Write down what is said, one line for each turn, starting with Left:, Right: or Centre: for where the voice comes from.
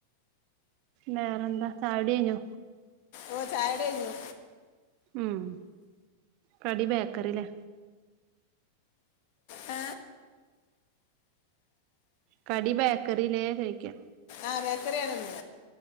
Right: വേറെന്താ ചായുടി യ്ഞ്ഞോ
Left: ഓ ചായുടി കയ്ഞ്ഞു
Right: ഉം കടി ബേക്കറിലേ
Left: ഏ
Right: കടി ബേക്കറിലേ ചോയ്ക്ക
Left: ആ ബേക്കറിയാണ് ന്ന്